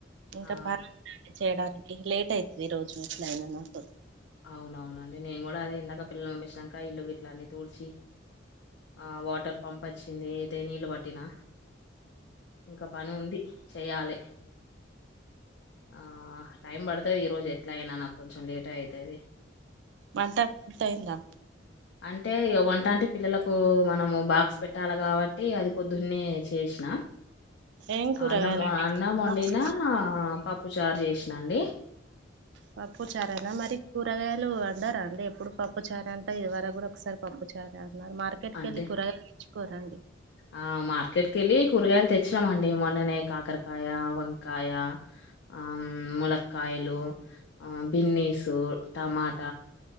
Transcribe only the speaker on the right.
ఇంక
పనుందండి చేయడానికి లేట్ అయితది ఈ రోజు ఎట్లయినా నాకు
వంటంత అయిందా
ఏం కూరగాయలు
బాక్స్
పప్పు చారేనా మరి. కూరగాయలు అండరా అండి ఎప్పుడు పప్పు చార అంట ఇదివరకు కూడా ఒకసారి పప్పు చారా మరి మార్కెట్
వెళ్ళి కూరగాయలు తెచుకోరండి.